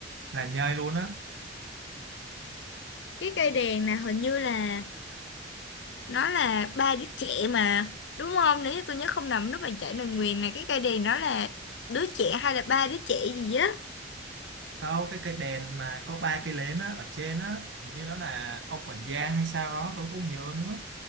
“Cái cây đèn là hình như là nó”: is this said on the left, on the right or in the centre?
Left